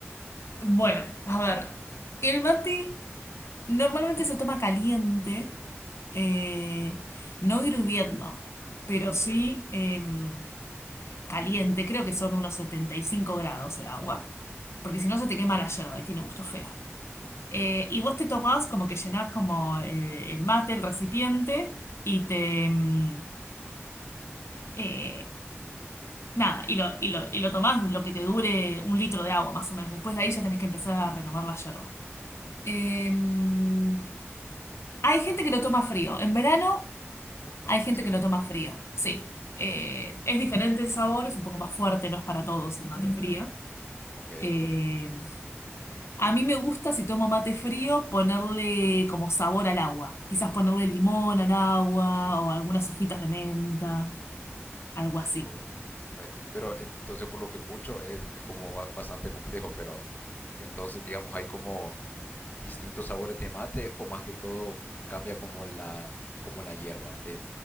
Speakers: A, on the left; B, on the left.
A: bueno, a ver, el mate normalmente se toma caliente, eh,
B: Ujú.
A: no hirviendo, pero
B: Sí,
A: sí em, caliente, creo que son unos 75 grados el agua, porque si no se te quema
B: sí,
A: la yerba y tiene gusto feo. Eh, y vos te tomás como que llenás como el, el mate, el recipiente, y te... mm, eh, Nada, y lo, y lo, y lo tomás lo que te dure un litro de agua, más o menos. Después de ahí ya tenés que empezar a renovar la yerba. Em, hay gente que lo toma frío. En verano hay gente
B: sí.
A: que lo toma frío, sí. Eh, es diferente el sabor, es un poco más fuerte, no es para todos el mate frío.
B: Ok.
A: Em, a mí me gusta, si tomo mate frío, ponerle como sabor al agua. Quizás ponerle limón al agua o algunas
B: Ujú.
A: hojitas de menta, algo así.
B: Ok. Eh, Pero en- entonces por lo que escucho es, es como ba- bastante complejo, pero entonces digamos hay como distintos sabores de mate o más que todo cambia como la, como la hierba. Eh,